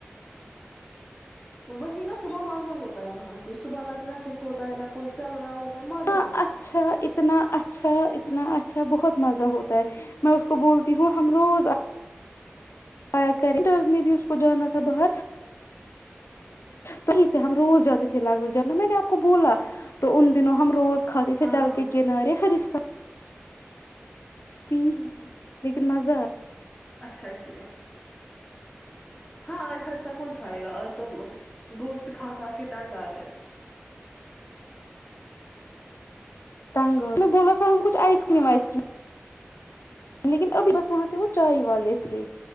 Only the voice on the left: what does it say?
ہاں
اچھا
اتنا اچھا اتنا اچھا بہت مزہ ہوتا ہے میں اس کو بولتی ہوں ہم روز آ کر میں بھی اس کو جانا تھا باہر
تویں ہم روز جاتے تھے لگ جب نا میں نے آپ کو بولا تو ان دنوں ہم روز کے کھا تھے
ڈال
کےنارے ہرستان پ
لیکن مزہ آ
تٹنگ میں بولا تھا ہم کچھ آئس کریم وائس کریم لیکن ابھی بس وہاں سے وہ چائے والے تھے